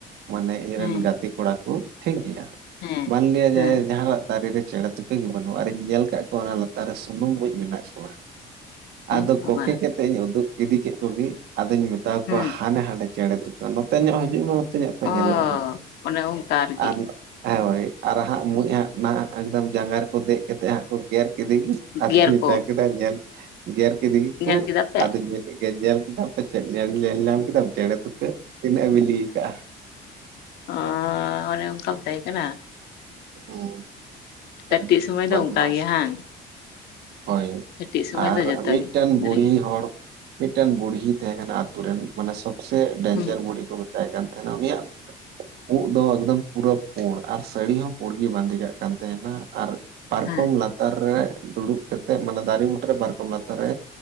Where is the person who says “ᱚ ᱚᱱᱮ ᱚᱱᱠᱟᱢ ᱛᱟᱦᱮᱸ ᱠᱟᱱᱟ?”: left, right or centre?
Left